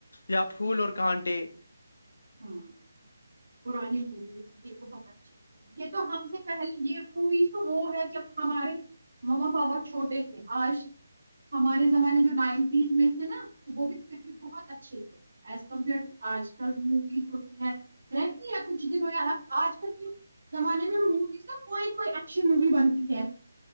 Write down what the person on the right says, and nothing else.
ہاں پرانی موویز یہ بہت اچھی تھی یہ تو ہم سے پہلے یہ موویز تو وہ ہے جب ہمارے ما بابا چھوٹے تھے آج ہمارے زمانے جو نائنٹیز میں تھے نا وہ بھی پھر بھی بہت اچھے تھے ایز کمپیئرٹو آج کا ہوتی رہتی ہے کچھ دن ہویا آج کل کے زمانے میں مویز کوئی کوئی ایکشن مووی بنتی ہے